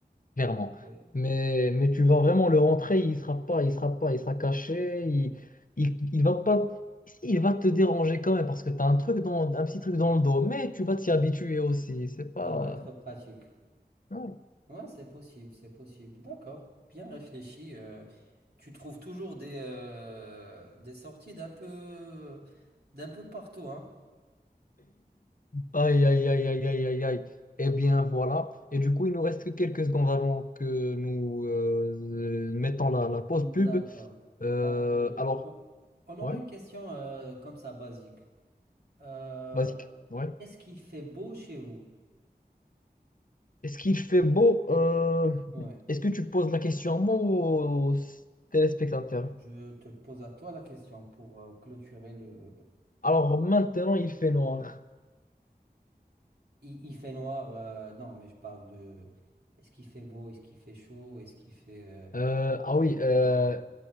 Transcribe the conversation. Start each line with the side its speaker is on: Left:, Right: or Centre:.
Left: clairement.
Right: Ok,
Left: Mais, mais tu vas vraiment le rentrer, il sera pas, il sera pas, il sera caché, il, il, il va pas, il va te déranger quand même parce que tu as un truc dans, un petit truc dans le dos. Mais tu vas t'y habituer aussi. C'est pas.
Right: Ça va être pratique.
Left: non.
Right: Ouais, c'est possible, c'est possible. D'accord, bien réfléchi. euh, tu trouves toujours des, euh, des sorties d'un peu, d'un peu partout, hein?
Left: Aïe aïe aïe aïe aïe aïe aïe. Eh bien voilà. Et du coup, il nous reste que quelques secondes avant que nous euh, mettons la, la pause
Right: D'accord.
Left: pub. Euh,
Right: Donc, euh,
Left: alors,
Right: on aura
Left: ouais,
Right: une question euh, comme ça, basique. Euh,
Left: basique. ouais
Right: est-ce qu'il fait beau chez vous?
Left: Est-ce qu'il fait beau? Euh,
Right: Ouais,
Left: est-ce que tu poses la question à moi ou aux téléspectateurs?
Right: je te pose à toi la question pour euh, clôturer le...
Left: Alors maintenant, il fait noir.
Right: Il, il fait noir, euh, non, mais je parle de... Est-ce qu'il fait beau? Est-ce qu'il fait chaud? Est-ce qu'il fait, euh,
Left: Euh, ah
Right: il fait
Left: oui,
Right: froid?
Left: euh,